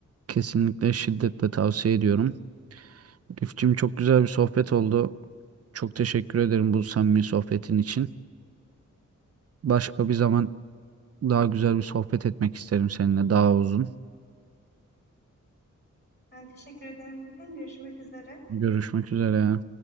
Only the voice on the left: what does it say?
Ben teşekkür ederim Furkan. Görüşmek üzere.